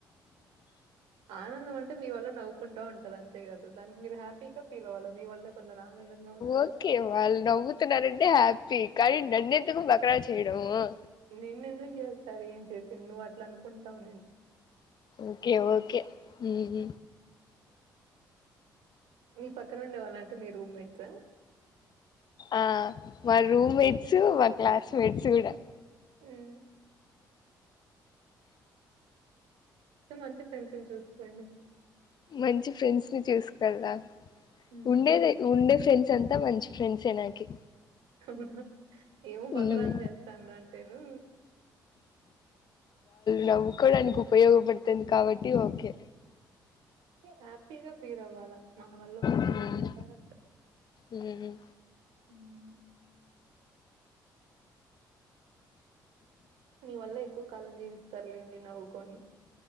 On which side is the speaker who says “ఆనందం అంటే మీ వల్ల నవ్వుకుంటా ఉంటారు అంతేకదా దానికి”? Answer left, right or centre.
Right